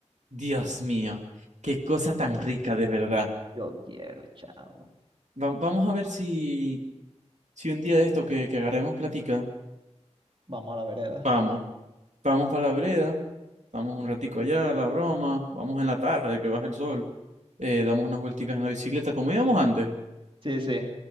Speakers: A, on the right; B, on the right.
A: Dios mío, qué cosa tan rica de verdad.
B: yo quiero, chamo.
A: Va- vamos a ver si, si un día de esto que, que agarremos platica,
B: Vamos a la vereda.
A: vamos, vamos para la vereda, vamos un ratico allá, la broma, vamos en la tarde que baja el sol, eh, damos unas vuelticas en la bicicleta, como íbamos antes,
B: Sí, sí.